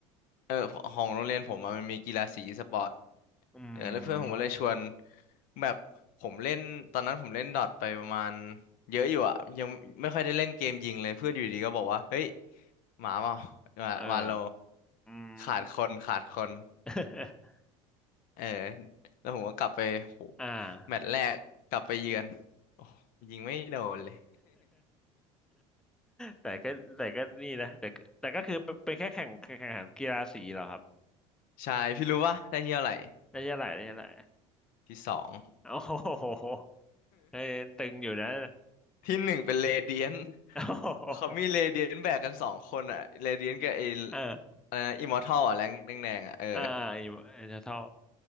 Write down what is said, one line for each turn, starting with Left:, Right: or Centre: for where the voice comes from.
Left: เออของโรงเรียนผมอะมันมีกีฬาสีอีสปอร์ต
Centre: อื
Left: เออแล้วเพื่อนผมก็เลยชวน
Centre: ม
Left: แบบผมเล่นตอนนั้นผมเล่นดอทไปประมาณเยอะอยู่อ่ะยังไม่ค่อยได้เล่นเกมยิงเลยเพื่อนอยู่ดีก็บอกว่าเฮ้ยหมาเปล่าวาวาโล
Centre: เอออืม
Left: ขาดคนขาดคน
Centre: <laughs>
Left: เออแล้วผมก็กลับไปโห
Centre: อ่า <laughs>
Left: แมตช์แรกกลับไปเยือนโอ้ยิงไม่โดนเลย
Centre: แต่ก็แต่ก็นี่นะแต่ก็แต่ก็คือเป็นเป็นแค่แข่งแข่งแข่งกีฬาสีเหรอครับ
Left: <laughs> ใช่พี่รู้ปะได้ที่เท่าไหร่
Centre: ได้ใช่าไหลาไม้ใช่าไหล
Left: ที่สอง
Centre: โอ้โหเอ้ยตึงอยู่นะ
Left: <laughs> ที่หนึ่งเป็นเรเดียน
Centre: <laughs> โอ้โห
Left: เขามีเรเดียนแบกกันสองคนอ่ะเรเดียนกับไอ้
Centre: เอ่า
Left: อะไรนะอิมมอร์ทัลอ่ะแรงแดงๆอ่ะเออ
Centre: อ่าอยู่จะเท่า